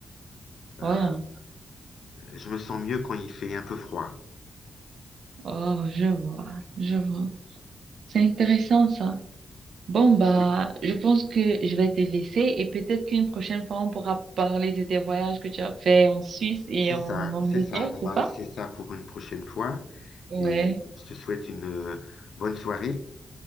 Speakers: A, on the left; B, on the right.
A: Euh,
B: Ouais.
A: je me sens mieux quand il fait un peu froid.
B: Oh, je vois. Je vois. C'est intéressant ça. Bon, bah,
A: Oui,
B: je pense que je vais te laisser et peut-être qu'une prochaine fois, on pourra parler de tes voyages que tu as fait en Suisse et
A: c'est
B: en
A: ça,
B: Angleterre,
A: c'est ça. On
B: c'est
A: va
B: ça?
A: laisser ça pour une prochaine fois.
B: Ouais.
A: Et je te souhaite une euh, bonne soirée